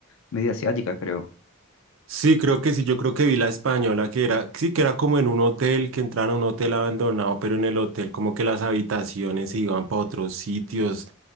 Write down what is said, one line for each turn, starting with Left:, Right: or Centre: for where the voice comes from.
Left: media asiática, creo.
Right: Sí, creo que sí, yo creo que vi la española que era, sí, que era como en un hotel, que entraron a un hotel abandonado, pero en el hotel como que las habitaciones se iban para otros sitios